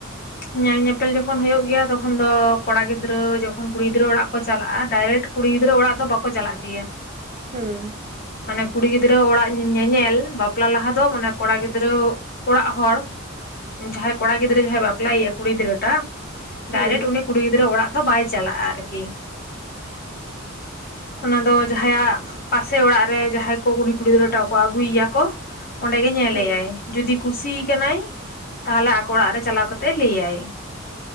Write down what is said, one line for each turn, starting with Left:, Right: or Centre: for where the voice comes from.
Left: ᱧᱮᱞ ᱧᱮᱯᱮᱞ ᱡᱚᱠᱷᱚᱱ ᱦᱳᱭᱳᱜ ᱜᱮᱭᱟ ᱛᱚᱠᱷᱚᱱ ᱫᱚ ᱠᱚᱲᱟ ᱜᱤᱫᱽᱨᱟᱹ ᱡᱚᱠᱷᱚᱱ ᱠᱩᱲᱤ ᱜᱤᱫᱽᱨᱟᱹ ᱚᱲᱟᱜ ᱠᱚ ᱪᱟᱞᱟᱜᱼᱟ ᱰᱟᱭᱨᱮᱠᱴ ᱠᱩᱲᱤ ᱜᱤᱫᱽᱨᱟᱹ ᱚᱲᱟᱜ ᱫᱚ ᱵᱟᱠᱚ ᱪᱟᱞᱟᱜ ᱜᱮᱭᱟ᱾
Right: ᱦᱮᱸ
Left: ᱢᱟᱱᱮ ᱠᱩᱲᱤ ᱜᱤᱫᱽᱨᱟᱹ ᱚᱲᱟᱜ ᱧᱮᱧᱮᱞ ᱵᱟᱯᱞᱟ ᱞᱟᱦᱟ ᱫᱚ ᱢᱟᱱᱮ ᱠᱚᱲᱟ ᱜᱤᱫᱽᱨᱟᱹ ᱚᱲᱟᱜ ᱦᱚᱲ ᱡᱟᱦᱟᱸᱭ ᱠᱚᱲᱟ ᱜᱤᱫᱽᱨᱟᱹ ᱡᱟᱦᱟᱸᱭ ᱵᱟᱯᱞᱟᱭᱮᱭᱟ ᱠᱩᱲᱤ ᱜᱤᱫᱽᱨᱟᱹᱴᱟᱜ
Right: ᱦᱩᱸ
Left: ᱰᱟᱭᱨᱮᱠᱴ ᱩᱱᱤ ᱠᱩᱲᱤ ᱜᱤᱫᱽᱨᱟᱹ ᱚᱲᱟᱜ ᱫᱚ ᱵᱟᱭ ᱪᱟᱞᱟᱜᱼᱟ ᱟᱨᱠᱤ ᱚᱱᱟ ᱫᱚ ᱡᱟᱦᱟᱸᱭᱟᱜ ᱯᱟᱥᱮ ᱚᱲᱟᱜ ᱨᱮ ᱡᱟᱦᱟᱸᱭ ᱠᱚ ᱩᱱᱤ ᱠᱩᱲᱤ ᱜᱤᱫᱽᱨᱟᱹ ᱴᱟᱜ ᱠᱚ ᱟᱹᱜᱩᱭᱮᱭᱟ ᱠᱚ ᱚᱸᱰᱮ ᱜᱮ ᱧᱮᱞᱮᱭᱟᱭ
Right: ᱦᱩᱸ
Left: ᱡᱩᱫᱤ ᱠᱩᱥᱤ ᱠᱟᱱᱟᱭ᱾ ᱛᱟᱦᱚᱞᱮ ᱟᱠᱚ ᱚᱲᱟᱜ ᱨᱮ ᱪᱟᱞᱟᱣ ᱠᱟᱛᱮ ᱛᱮ ᱞᱟᱹᱭᱟᱭ